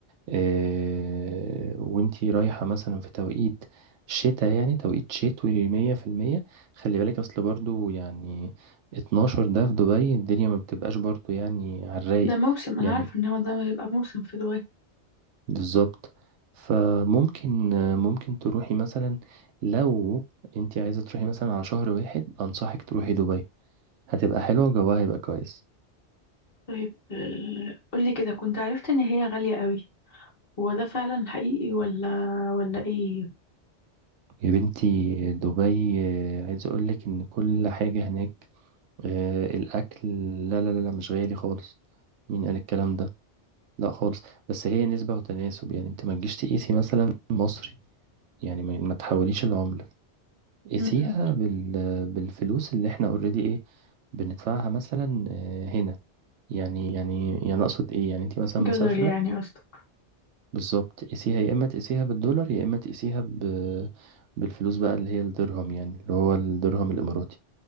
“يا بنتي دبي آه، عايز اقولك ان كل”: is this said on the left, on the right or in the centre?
Right